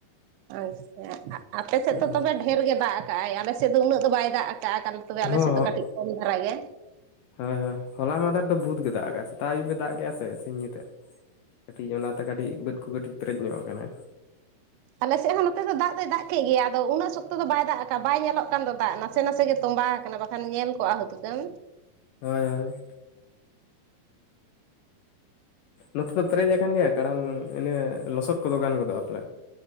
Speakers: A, on the right; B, on the left.
A: ᱟᱪᱪᱷᱟ ᱟᱜ ᱟᱯᱮ ᱥᱮᱫ
B: ᱦᱚᱸ
A: ᱫᱚ ᱛᱚᱵᱮ ᱰᱷᱮᱨ ᱜᱮ ᱫᱟᱜ ᱠᱟᱜ-ᱟᱭ ᱟᱞᱮ ᱥᱮᱫ ᱫᱚ ᱩᱱᱟᱹᱜ ᱫᱚ ᱵᱟᱭ ᱫᱟᱜ ᱫᱟᱜ ᱟᱠᱟᱱ ᱛᱚᱵᱮ ᱟᱞᱮ
B: ᱦᱚᱸ
A: ᱥᱮᱪ ᱫᱚ ᱠᱟᱹᱴᱤᱡ ᱠᱚᱢ ᱫᱷᱟᱨᱟ ᱜᱮ,
B: ᱦᱳᱭ ᱦᱳᱭ ᱦᱚᱞᱟ ᱢᱟᱫᱷᱮᱨ ᱫᱚ ᱵᱩᱫ ᱜᱮ ᱫᱟᱜ ᱠᱟᱜᱼᱟᱭ ᱥᱮᱛᱟᱜ ᱟᱹᱭᱩᱵ ᱮ ᱫᱟᱠᱮᱜ-ᱟ ᱥᱮ ᱥᱤᱧᱼᱧᱤᱱᱫᱟᱹ, ᱠᱟᱹᱴᱤᱡ ᱚᱱᱟᱛᱮ ᱠᱟᱹᱴᱤᱡ ᱵᱟᱹᱫ ᱠᱚ ᱠᱟᱹᱴᱤᱡ ᱯᱮᱨᱮᱡ ᱧᱚᱜ ᱠᱟᱱᱟ᱾
A: ᱟᱞᱮ ᱥᱮᱫ ᱦᱚᱸ ᱱᱚᱛᱮ ᱫᱚ ᱫᱟᱜ ᱫᱚᱭ ᱫᱟᱜ ᱠᱮᱫ ᱜᱮᱭᱟ ᱟᱫᱚ ᱩᱱᱟᱹᱜ ᱥᱚᱠᱛᱚ ᱫᱚ ᱵᱟᱭ ᱫᱟᱜ ᱠᱟᱜ ᱵᱟᱭ ᱧᱮᱞᱚᱜ ᱠᱟᱱ ᱫᱚ ᱫᱟᱜ ᱱᱟᱥᱮ ᱱᱟᱥᱮ ᱜᱮ ᱛᱚᱸᱵᱟ ᱠᱟᱱᱟ, ᱵᱟᱠᱷᱟᱱ ᱧᱮᱞ ᱠᱚᱜᱼᱟ ᱦᱩᱛᱩᱠᱟᱹᱱ
B: ᱦᱳᱭ ᱦᱳᱭ᱾ ᱱᱚᱛᱮ ᱫᱚ ᱯᱮᱨᱮᱡ ᱠᱟᱱ ᱜᱮᱭᱟ ᱠᱟᱲᱦᱟᱱ ᱤᱱᱟᱹ ᱞᱚᱥᱚᱫ ᱠᱚᱫᱚ ᱜᱟᱱ ᱜᱚᱫᱚᱜᱼᱟ ᱯᱮᱨᱟᱭ